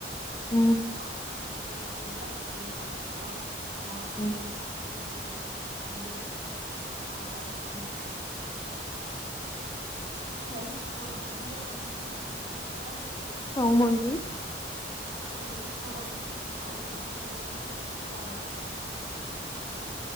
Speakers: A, on the left; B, on the right.
A: ம்
B: பாத்தா கத்திட்டு இருந்தாங்க என்னடா ஆச்சுன்னு பாத்தா வாசல்ல
A: ம்
B: வந்து செப்பல் விட்டுவச்சிருக் கோ எ தம்பி அத நம்ப லைட்டு போட்டுதானங்க போனு வெளிய போறவங்க
A: ஆமாங்க
B: அது லைட்டு போட போய் கால் தடிக்கி கேட் மேல விழுக போயிட்டாங்களாமா